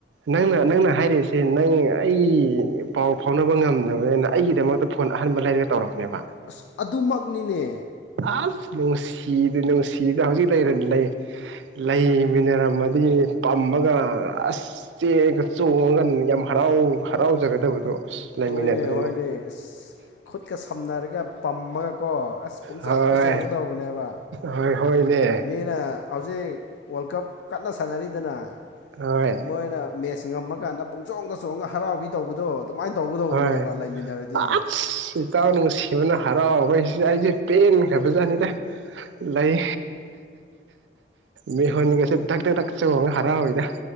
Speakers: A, on the right; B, on the left.
A: ꯅꯪꯅ ꯅꯪꯅ ꯍꯥꯏꯔꯤꯁꯦ ꯅꯪ ꯑꯩ ꯄꯥꯎ ꯐꯥꯎꯅꯕ ꯉꯝꯗꯕꯅꯤꯅ ꯑꯩꯒꯤꯗꯃꯛꯇ ꯐꯣꯟ ꯑꯍꯟꯥꯟꯕ ꯂꯩꯔꯒ ꯇꯧꯔꯛꯄꯅꯦꯕ
B: ꯑꯁ ꯑꯗꯨꯃꯛꯅꯤꯅꯦ
A: ꯑꯁ ꯅꯨꯡꯁꯤꯗ ꯅꯨꯡꯁꯤꯗ ꯍꯧꯖꯤꯛ ꯂꯩꯔꯅꯤ ꯂꯩ ꯂꯩꯃꯤꯟꯅꯔꯝꯃꯗꯤ ꯄꯝꯃꯒ ꯑꯁ ꯆꯦꯜꯂꯒ ꯆꯣꯡꯉꯒ ꯌꯥꯝ ꯍꯔꯥꯎ ꯍꯔꯥꯎꯖꯒꯗꯕꯗꯣ ꯑꯁ ꯂꯩꯃꯤꯟꯅꯗ꯭ꯔꯦꯅꯦ
B: ꯍꯣꯏꯅꯦ ꯍꯣꯏꯅꯦ ꯑꯁ ꯈꯨꯠꯀ ꯁꯝꯅꯔꯒ ꯄꯝꯃꯒꯀꯣ ꯑꯁ ꯄꯨꯡꯆꯣꯡꯗ
A: ꯍꯣꯏ
B: ꯆꯣꯡꯒꯗꯧꯕꯅꯦꯕ
A: ꯍꯣꯏ ꯍꯣꯏꯅꯦ
B: ꯃꯤꯅ ꯍꯧꯖꯤꯛ ꯋꯥꯔꯜ ꯀꯞ ꯀꯟꯅ ꯁꯥꯟꯅꯔꯤꯗꯅ
A: ꯍꯣꯏ
B: ꯃꯣꯏꯅ ꯃꯦꯠꯁ ꯉꯝꯃꯀꯥꯟꯗ ꯄꯨꯡ ꯆꯣꯡꯅ ꯆꯣꯡꯒ ꯍꯔꯥꯎꯕꯤ ꯇꯧꯕꯗꯣ ꯑꯗꯨ ꯑꯗꯨꯃꯥꯏꯅ ꯇꯧꯒꯗꯧꯕꯅꯦꯕ
A: ꯍꯣꯏ
B: ꯂꯩꯃꯤꯟꯅꯔꯗꯤ
A: ꯑꯁ ꯏꯇꯥꯎ ꯅꯨꯡꯁꯤꯕꯅ ꯍꯔꯥꯎꯕꯩꯁꯤ ꯑꯩꯁꯦ ꯄꯦꯟꯈ꯭ꯔꯕꯖꯥꯠꯅꯤꯗ ꯂꯩ ꯃꯤꯍꯣꯟꯒꯁꯦ ꯗꯙꯛ ꯇꯛ ꯗꯛ ꯆꯣꯡꯉ ꯍꯔꯥꯎꯋꯏꯅ